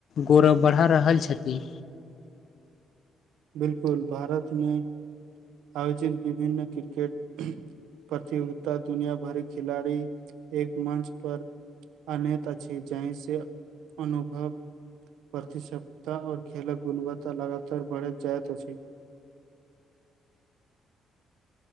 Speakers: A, on the left; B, on the right.
A: गौरव बढ़ा रहल छथिन
B: बिलकुल भारत में आयोजित विभिन्न क्रिकेट प्रतियोगित दुनिया भरि खिलाड़ी एक मञच पर अनेैत अछि जहि से अनुभव प्रतिस्त आ खेलक गुणवत्ता लगातार बढ़ैत जाइत अछि